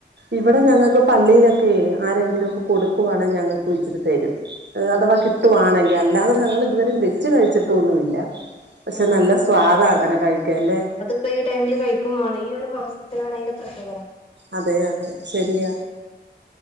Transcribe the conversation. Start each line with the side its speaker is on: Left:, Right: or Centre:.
Right: ഇവെടെ ഞങ്ങക്ക് പള്ളീലൊക്കെ ആരെങ്കിലും ഒക്കെ കൊടുക്കുവാണെ ഞങ്ങക്ക് ഇച്ചിരി തരും. ഉള്ളഥവാ കിട്ടുവാണെങ്കി. അല്ലാതെ ഞങ്ങള് ഇതുവരേ വെച്ച് കഴിച്ചിട്ടൊന്നുല്ല. പക്ഷെ
Left: ആഹ്
Right: നല്ല സ്വാദാ അങ്ങനെ കഴിക്കാൻല്ലെ.
Left: ഇപ്പൊ ഈ ടൈമില് കഴിക്കുമ്പോണ് ഈ ഒരു മാസത്തിലാണ് അയ്ന്റെ പ്രത്യേകത
Right: അതെ അതെ ശരിയ.